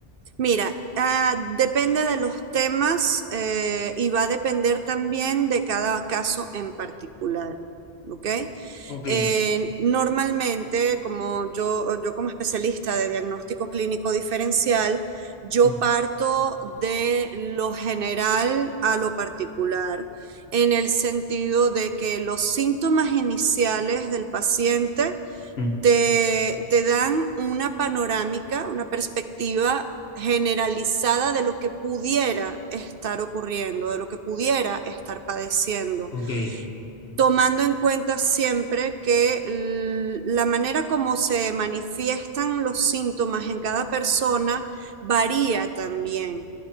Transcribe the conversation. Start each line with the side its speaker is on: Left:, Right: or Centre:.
Right: Mira, ah, depende de los temas eh, y va a depender también de cada caso en particular. ¿Ok?
Left: Ok.
Right: Eh, normalmente, como yo, yo como especialista de diagnóstico clínico diferencial, yo
Left: Mm,
Right: parto de lo general a lo particular, en el sentido de que los síntomas iniciales del paciente
Left: mm,
Right: te, te dan una panorámica, una perspectiva generalizada de lo que pudiera estar ocurriendo, de lo que pudiera estar padeciendo
Left: Ok.
Right: tomando en cuenta siempre que la manera como se manifiestan los síntomas en cada persona varía también,